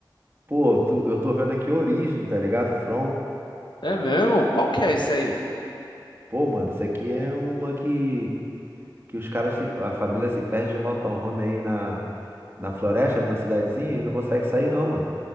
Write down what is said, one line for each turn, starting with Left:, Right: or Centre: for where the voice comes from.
Right: Pô, tu, eu tô vendo aqui Origem, tá ligado? From.
Left: É mesmo? Qual que é esse aí?
Right: Pô, mano, isso aqui é uma que, que os caras, se- a família se perde de motorhome aí na, na floresta, numa cidadezinha, e não consegue sair não, mano.